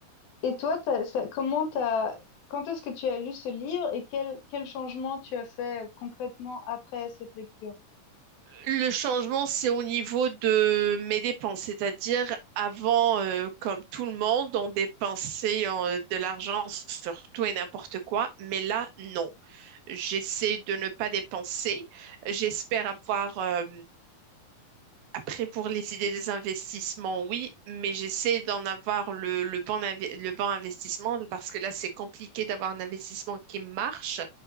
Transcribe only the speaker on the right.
Le changement, c'est au niveau de mes dépenses, c'est-à-dire avant, euh, comme tout le monde, on dépensait euh, de l'argent sur tout et n'importe quoi, mais là, non. J'essaie de ne pas dépenser. J'espère avoir euh, après, pour les idées des investissements, oui, mais j'essaie d'en avoir le, le bon, inve- le bon investissement parce que là, c'est compliqué d'avoir un investissement qui marche